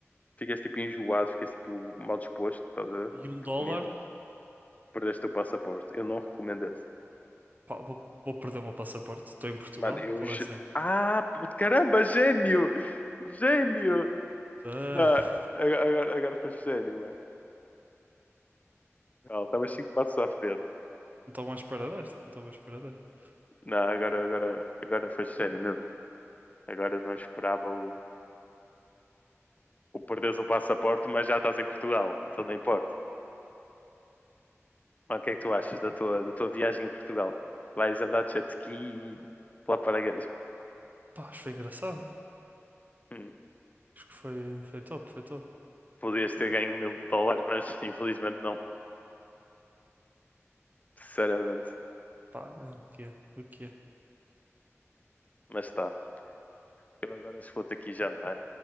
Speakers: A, on the left; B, on the right.
A: Ficas tipo enjoado, ficas tipo mal disposto, estás a ver? De
B: E um dólar.
A: comida, perdeste o teu passaporte. Eu não recomendo esse.
B: Pá, vou, vou perder o meu passaporte. Estou em Portugal.
A: Mano, eu.
B: Qual
A: ge-
B: é a cena?
A: Ah, puto, caramba, gênio! Gênio!
B: Ah,
A: Não, agora, agora agora foi gênio, mano. Estava 5 passos à frente.
B: não estou mais para desta. Não estou mais para desta.
A: Não, agora, agora, agora faz sério mesmo. Agora não esperava o, o perderes o passaporte, mas já estás em Portugal, então não importa. Mas o que é que tu achas da tua, da tua viagem a Portugal? Vais andar de jet ski e pular de paraquedas.
B: Pá, acho que foi engraçado.
A: Hum,
B: Acho que foi, foi top, foi top.
A: podias ter ganho mil dólares, mas infelizmente não, sinceramente.
B: Pá, é o que é, o que é.
A: Mas está. Eu agora se vou-te aqui jantar,